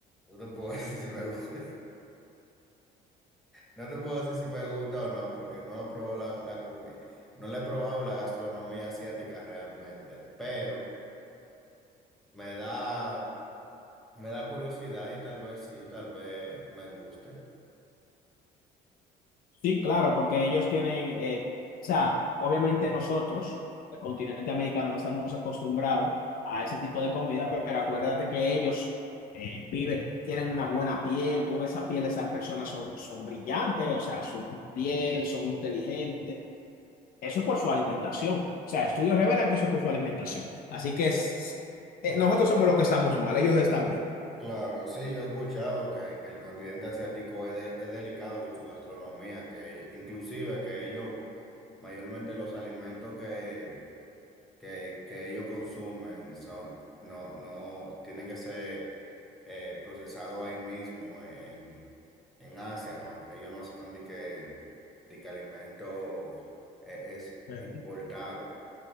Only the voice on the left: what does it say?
Sí, claro, porque ellos tienen, eh, o sea, obviamente nosotros, el continente americano, no estamos acostumbrados a ese tipo de comida, pero acuérdate que ellos eh, viven, tienen una buena piel, tú ves esa piel de esas personas son, son brillantes, o sea, su piel, son inteligentes, eso es por su alimentación, o sea, estudios revelan que eso es por su alimentación, así que es- eh, nosotros somos los que estamos mal, ellos están bien.
Eh,